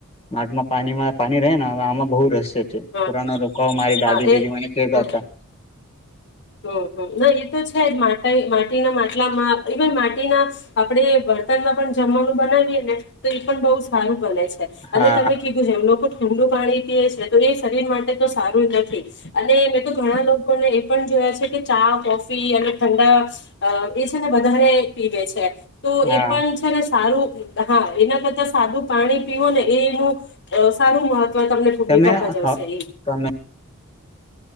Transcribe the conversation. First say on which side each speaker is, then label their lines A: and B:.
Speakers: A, on the left (about 25°); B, on the left (about 55°).
A: માટમાં પાણીમાં પાણી રહે ને આમાં બહુ રસ છે
B: હા
A: પુરાનો રોકા મારી
B: હા
A: દાદી
B: એ
A: બીદી મને કેતા
B: હા
A: હતા.
B: હમ હમ ના એ તો છે જ માટે માટીના માટલામાં ઇવન માટીના આપણે બર્તનમાં પણ જમવાનું બનાવીએ ને તો એ પણ બહ સારું ભલે છે
A: હા
B: અને તમે કીધું જેમ લોકો ઠંડુ પાણી પીએ છે તો એ શરીર માટે તો સારું નથી અને મેં તો ઘણા લોકોને એ પણ જોયા છે કે ચા કોફી અને ઠંડા અ એ છે ને વધારે પીવે છે. તો
A: હા
B: એ પણ છે ને સારું હા એના કરતા સાદું પાણી પીવો ને એનું અ સારું મહ ત્વ તમને ભૂમિકા
A: તમે
B: ભજવશે
A: હ
B: એ
A: તમે